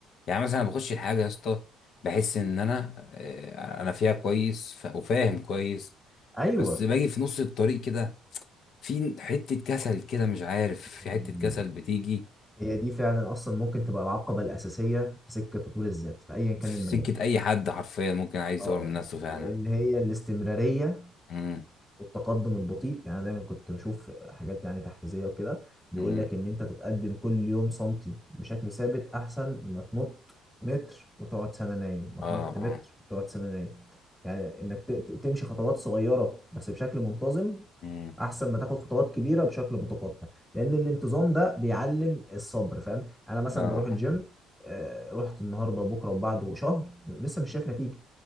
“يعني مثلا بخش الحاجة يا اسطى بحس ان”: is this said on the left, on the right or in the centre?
Left